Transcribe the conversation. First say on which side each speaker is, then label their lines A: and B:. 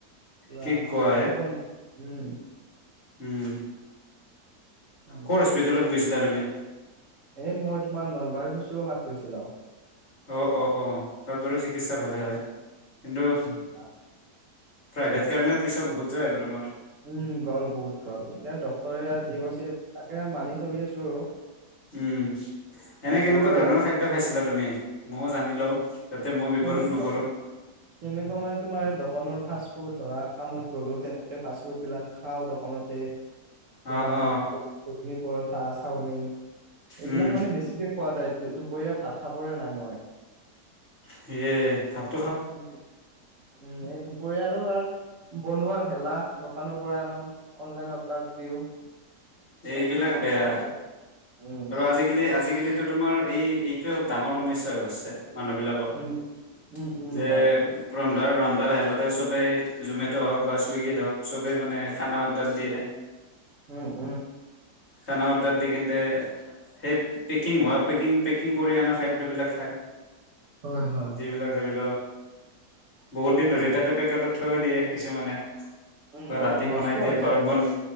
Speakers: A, on the right; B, on the left.
A: পুৰা
B: কি কোৱা
A: থাকিব ন উমঁ।
B: উমঁ!
A: উম
B: কৰ হস্পিতেলত গৈছিলা তুমি?
A: এ মই তোমাৰ নলবাৰী শুশ্ৰূষাত গৈছিলো।
B: অঁ অঁ অঁ তাত বাৰু চিকিৎসা ভালে হয় কিন্তু -
A: তাপ-
B: প্ৰাইভেট কাৰণে পইচা বহুত যায় আৰু তোমাৰ।
A: উমঁ গ'ল বহুত গ'ল এতিয়া ডক্তৰে আৰ যি কৈছে তাকে মানি চলি- আছো আৰু
B: উমঁ এনে
A: বইল
B: কেনেকুৱা ধৰণৰ- খাদ্য খাইছিলা তুমি ময়ো জানি লওঁ তাতে মোয়ো বিপদত
A: কেনেকুৱা
B: নপৰোঁ।
A: কেনেকুৱা মানে তোমাৰ এই দকনৰ ফাষ্টফুড ধৰা কামত গ'লো তেনে- ফাষ্ট ফুড বিলাক খাওঁ দোকানতে তোমাৰ
B: অ অ
A: খুব- ঘুগনি পৰঠা চাওমিন এইবিলাক
B: উম
A: মানে বেছিকে- খোৱা যায় দু - দুপৰীয়া ভাত খাবৰে নাই মই।
B: সিয়ে থাট-
A: উমঁ উমঁ এই দুপৰীয়া আৰু আৰ- বনোৱাৰ হেলা দোকানৰ পৰা আনো অনলাইন অৰ্ডাৰ দিওঁ। সেনেকে
B: এইবিলাক
A: খাওঁতে
B: বেয়া
A: খাওঁতে। উম,
B: আৰু আজিকালি আজিকালিতো তোমাৰ এই এইটোয়ে খুব ডাঙৰ সমস্যা হৈ গৈছে মানুহ বিলাকৰ। পৰ
A: উম, উম, উম,
B: যে
A: হয়
B: ৰন্ধাৰ ৰন্ধাৰ হেলাতে চবেই জমেট' হওঁক বা চুইগিত হওঁক চবেই মানে খানা অৰ্ডাৰ দিয়ে।
A: উমঁ!
B: খানা অৰ্ডাৰ দি কিন্তে- সেই পেকিং হোৱা পেকিং পেকিং কৰি অনা খাদ্যবলাক খায়।
A: হয়, হয়।
B: যিবিলাক ধৰি লও বহুত দিন
A: উম,
B: ধৰি তাতে পেকেটত থৈও দিয়ে কিছুমানে,
A: উম,
B: বা
A: উম,
B: ৰাতি
A: নষ্ট
B: বনাই দিয়ে
A: হৈ যায়
B: বাৰ
A: আৰু
B: বন।